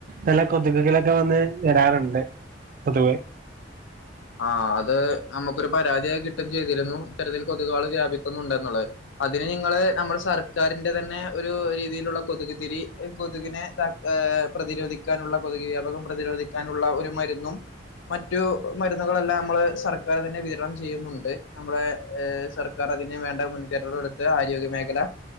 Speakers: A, on the right; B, on the left.
A: നല്ല കൊതുക്കളൊക്കെ വന്ന് വരാറുണ്ട് കൊതുക്
B: ആ അത് നമുക്കൊരു പരാതിയായി കിട്ടും ചെയ്തിരുന്നു ഇത്തരത്തിൽ കൊതുകള് വ്യാപിക്കുന്നുണ്ടെന്നുള്ളത് അതിന് നിങ്ങള് നമ്മൾ സാർ ക്കാരിന്റെ തന്നെ ഒരു രീതിയിലുള്ള കൊതുകുതിരി കൊതുകിനെ താക് പ്രതിരോധിക്കാനുള്ള കൊതുക് വ്യാപകം പ്രതിരോധിക്കാനുള്ള ഒരു മരുന്നും മറ്റു മരുന്നുകളെല്ലാം നമ്മൾ സർക്കാർ തന്നെ വിതരണം ചെയ്യുന്നുണ്ട് നമ്മെളെ എ സർക്കാർ അതിന് വേണ്ട മുൻകരുതല് എടുത്ത് ആരോഗ്യമേഖല